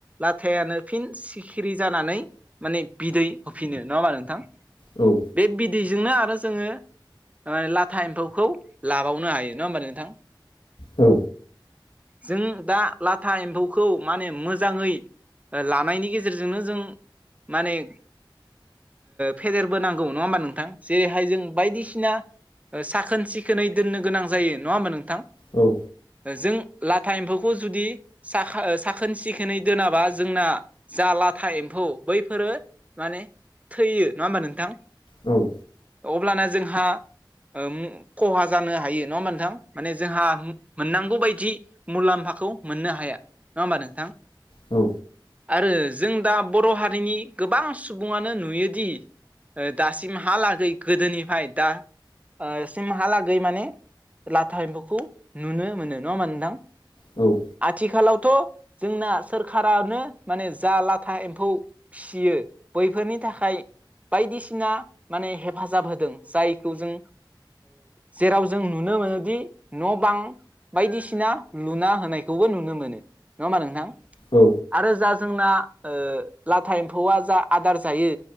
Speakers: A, on the right; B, on the left.
A: लाथायानो फिन सिखिरि जानानै माने बिदै होफिनो नङा होमबा नोंथां
B: औ
A: बे बिदैजोंनो आरो जोङो माहोनो लाथा एमफौखौ लाबावनो हायो नङा होमबा नोंथां?
B: औ
A: जों दा लाथा एमफौखौ माने मोजाङै लानायनि गेजेरजोंनो जों माने फेदेर बोनांगौ नङा होनबा नों जेरैहाय जों बायदिसिना साखोन सिखोनै दोननो गोनां जायो नङा होमबा नोंथां?
B: औ
A: जों लाथा एमफौखौ जुदि साखा साखोन सिखोनै दोनाबा जोंना जा लाथा एमफौ बैफोरो माने थैयो नङा होमबा नोंथां
B: औ
A: अब्लाना जोंहा ओम खहा जानो हायो नङा होमा नोंथां माने जोंहा मोननांगौ बायदि मुलामफाखौ मोननो हाया नङा होमबा नोंथां
B: औ
A: आरो जों दा बर' हारिनि गोबां सुबुङानो नुयोदि दासिमहालागै गोदोनिफ्राय दा सिमहालागै माने लाथा एम्फौखौ नुनो मोनो नङा होमबा नोंथां
B: औ
A: आथिखालावथ' जोंना सोरखारानो माने जा लाथा एम्फौ फियो बैफोरनि थाखाय बायदिसिना माने हेफाजाब होदों जायखौ जों जेराव जों नुनो मोनोदि न' बां बायदिसिना लुना होनायखौबो नुनो मोनो नङा ओमबा नोंथां?
B: औ
A: आरो जा जोंना लाथा एम्फौआ जा आदार जायो